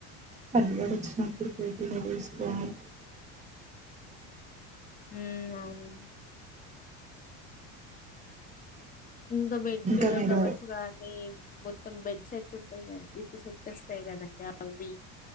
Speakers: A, on the right (about 20°); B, on the left (about 25°).
A: పల్గారు వచ్చినప్పుడు పోటీ నిర్హస్తను
B: ఉ అవు ఇంకా బెడ్
A: ఇంకా
B: పిల్లో
A: మీరు
B: కవర్స్ గానీ మొత్తం బెడ్ సెట్ ఉంటాయి కానీ విత్ సెట్ పటి వస్తాయి కదండి అవి